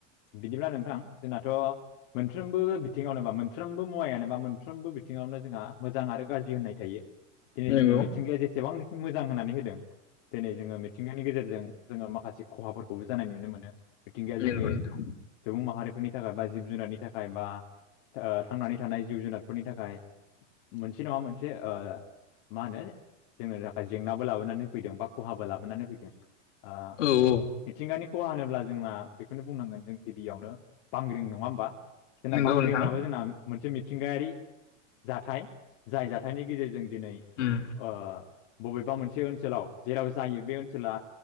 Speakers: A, on the left; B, on the left.
A: बिदिब्ला नोंथां जोंनाथ' मोनफ्रो मबो बिथिङावनो बा मोनफ्रोमबो मुवायानो बा मोनफ्रोमबो बिथिङावनो जोंहा मोजां आरो गाज्रि होननाय थायो। दिनै
B: नंगौ
A: जोंनो मिथिंगाया जेसेबांनोखि मोजां होननानै हो दों दोनै जों मिथिंगानि गेजेरजों जोंङो माखासे खहाफोरखौबो जानाय नुनो मोनो। मिथिंगाया जोंनि
B: नंगौ नोंथां
A: सुबुं माहारिफोरनि थाखाय बा जिब जुनारनि थाखाय बा ओ थांनानै थानाय जिब जुनारफोरनि थाखाय मोनसे नङा मोनसे ओ मा होनो जोंनो थाखाय जेंनाबो लाबोनानै होफैदों बा खहाबो लाबोनानै फैदों। ओ
B: औ औ
A: मिथिंगानि खहा होनोब्ला जोंना बेखौनो बुंनांगोन जों गिबियावनो बांग्रिं, नङा होमबा? जोंना
B: नंगौ
A: बांग्रिंआबो
B: नोंथां
A: जोंना मोनसे मिथिंगायारि जाथाय। जाय जाथायनि गेजेरजों दिनै
B: उम
A: ओ बबेबा मोनसे ओनसोलाव जेराव जायो बे ओन सोला